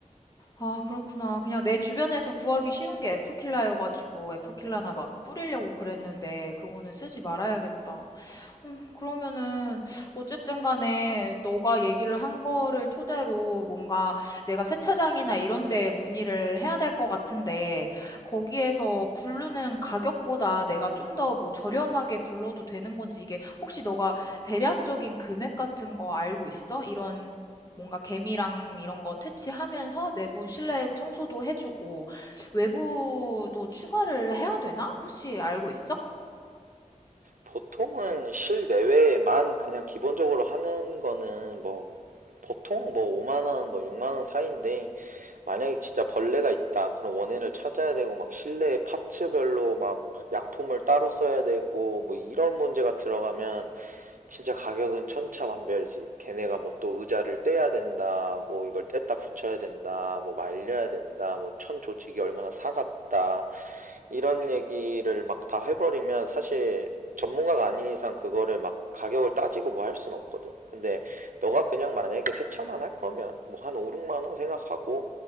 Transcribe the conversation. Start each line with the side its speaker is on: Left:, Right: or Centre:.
Left: 아, 그렇구나. 그냥 내 주변에서 구하기 쉬운 게 에프킬라여가지고 에프킬라나 막 뿌리려고 그랬는데 그거는 쓰지 말아야겠다. 음, 그러면은 어쨌든 간에 너가 얘기를 한 거를 토대로 뭔가 내가 세차장이나 이런 데 문의를 해야 될 것 같은데 거기에서 부르는 가격보다 내가 좀 더 뭐 저렴하게 불러도 되는 건지 이게 혹시 너가 대략적인 금액 같은 거 알고 있어? 이런 뭔가 개미랑 이런 거 퇴치하면서 내부 실내 청소도 해주고 외부도 추가를 해야 되나? 혹시 알고 있어?
Right: 보통은 실내외에만 그냥 기본적으로 하는 거는 뭐 보통 뭐 5만 원, 뭐 6만 원 사이인데 만약에 진짜 벌레가 있다. 그런 원인을 찾아야 되고 막 실내 파츠별로 막 약품을 따로 써야 되고 뭐 이런 문제가 들어가면 진짜 가격은 천차만별이지. 걔네가 뭐 또 의자를 떼야 된다. 뭐 이걸 뗐다 붙여야 된다. 뭐 말려야 된다. 뭐 천 조직이 얼마나 사갔다. 이런 얘기를 막 다 해버리면 사실 전문가가 아닌 이상 그거를 막 가격을 따지고 뭐 할 순 없거든. 근데 너가 그냥 만약에 세차만 할 거면 뭐 한 5, 6만 원 생각하고